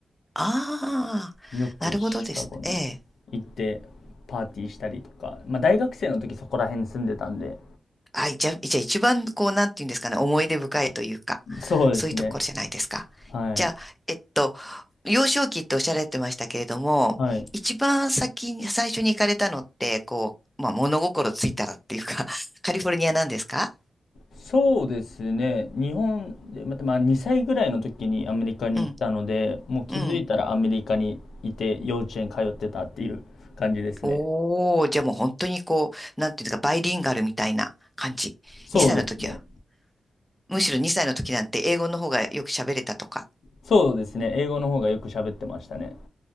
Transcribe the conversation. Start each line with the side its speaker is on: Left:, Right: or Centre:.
Centre: ああ、
Left: よくシカゴに
Centre: なるほどですね。ええ。
Left: 行ってパーティーしたりとか、まあ大学生の時そこら辺に住んでたんで、
Centre: はい、じゃあ、じゃあ一番こう、なんていうんですかね、思い出深いというか、
Left: そうですね。
Centre: そういうところじゃないですか。
Left: はい。
Centre: じゃあ、えっと、幼少期っておっしゃられてましたけれども、
Left: はい。
Centre: 一番先に、最初に行かれたのって、こう、まあ、物心ついたらっていうか、<laughs> カリフォルニアなんですか
Left: そうですね。日本で、また、まあ、2歳ぐらいの時にアメリカに行ったので、
Centre: うん、
Left: もう気づいたらアメリカにいて、
Centre: うん。
Left: 幼稚園通ってたっていう感じですね。
Centre: おー、じゃあもう本当にこう、なんていうんですか、バイリンガルみたいな感じ。
Left: そうですね。
Centre: 2歳の時は。むしろ2歳の時なんて英語の方がよく喋れたとか。
Left: そうですね。英語の方がよく喋ってましたね。